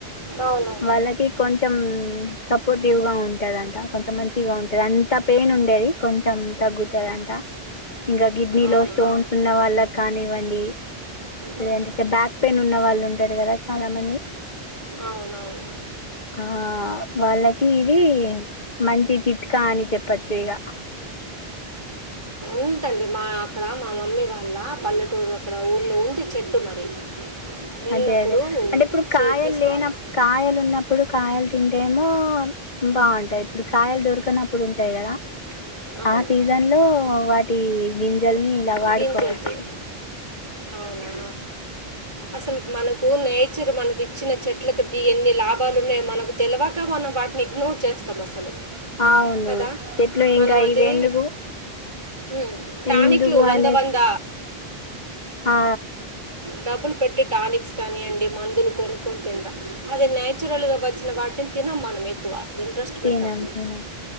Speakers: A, on the right; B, on the left.
A: అవును
B: వాళ్ళకి కొంచెం సపోర్టివ్ గా ఉంటుందంట కొంచెం మంచిగా ఉంటుంది అంత పెయిన్ ఉండేది కొంచెం తగ్గుతుందంట ఇంకా కిడ్నీలో
A: అవునా
B: స్టోన్స్ ఉన్న వాళ్ళకి కానివ్వండిలేదంటే
A: ఉమ్,
B: బ్యాక్ పెయిన్ ఉన్నవాళ్ళు ఉంటారు. కదా చాలామంది,
A: అవునవును
B: ఆ వాళ్ళకి ఇది మంచి చిట్కా అని చెప్పచ్చు ఇగ
A: ఉంతండి మా అక్కడ మా మమ్మీ వాళ్ల పల్లెటూరు అక్కడ ఊళ్లో ఉంది చెట్టు మరి వెళ్ళినప్పుడు
B: అదే అదే అంటే ఇప్పుడు
A: చే
B: కాయలు
A: తీసుకోవాలి
B: లేన కాయలు ఉన్నప్పుడు కాయలు తింటేమో బాగుంటాయి. ఇప్పుడు కాయలు దొరికనప్పుడు ఉంటాయి కదా
A: అవును
B: ఆ సీజన్ లో వా టీ జున్ గలి నిలవడుకోచ్చు
A: గింజలతే అవునా అసలు మనకు నేచర్ మనకు ఇచ్చిన చెట్లతో ఎన్ని లాభాలు ఉన్నాయో, మనకు తెలివక మనం వాటిని ఇగ్నోర్ చేస్తాం అసలు,
B: అ అవును
A: కదా
B: చెట్లు ఇంకా
A: మనం అది
B: ఇవి ఎందుకు
A: హ్మ్ తాని
B: ఎందుకు
A: వంద
B: అనేసి
A: వంద
B: ఆ!
A: డబ్బులు పెట్టి టానిక్స్ కానియండి మందులు కొనుక్కొని తింటాం. అదే నేయాచురల్గా వచ్చిన వాటిని తినం మనం ఎక్కువ. ఇంట్రెస్ట్
B: తినం
A: పెట్టాం
B: తినం